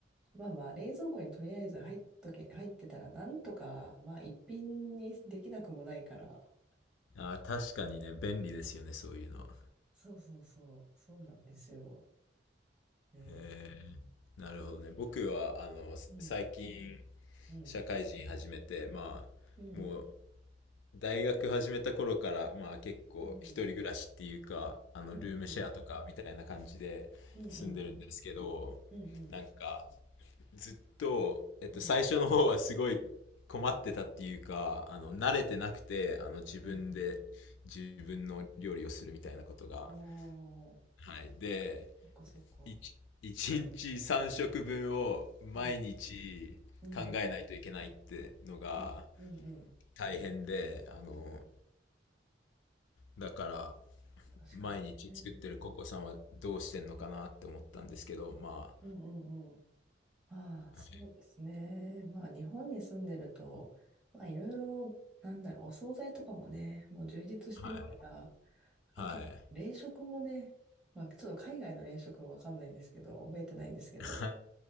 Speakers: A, in the centre; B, on the left.
A: まあまあ、冷蔵庫にとりあえず入っとけ、入ってたら、なんとか、まあ、一品にできなくもないから。
B: ああ、確かにね、便利ですよね、そういうの。
A: そうそうそう、そうなんですよ。ね。
B: えー、なるほどね。僕は、あの、
A: うん、
B: 最近、
A: うん、
B: 社会人始めて、まあ、
A: うん、
B: もう大学始めた頃から、まあ結構一人暮らしっていうか、
A: うん、
B: あのルームシェアとかみたいな感じで住んでるんですけど、
A: うん、うん、うん、うん、うん、うん、
B: なんかずっと、えっと最初の方はすごい困ってたっていうか、
A: うん、
B: あの慣れてなくて、あの自分で自分の料理をするみたいなことが。
A: うん、うん。あの
B: はい。で、
A: ー、そっかそっか。
B: いち一日3食分を毎日考えないといけないってのが
A: うん、うん、うん、うん、うん。
B: 大変で、あの、
A: うん
B: だから、
A: 確かにね。
B: 毎日作ってるココさんはどうしてんのかなって思ったんですけど、ま
A: うん、うん、うん。ああ、そうですね。
B: あ、
A: まあ、日本に住んでると、まあ、いろいろ、なんだろう、お惣菜とかもね、もう充実してるから、
B: はい、
A: あと、
B: はい、
A: 冷食もね、まあ、ちょっと海外の冷食はわかんないんですけど、覚えてないんですけど、
B: は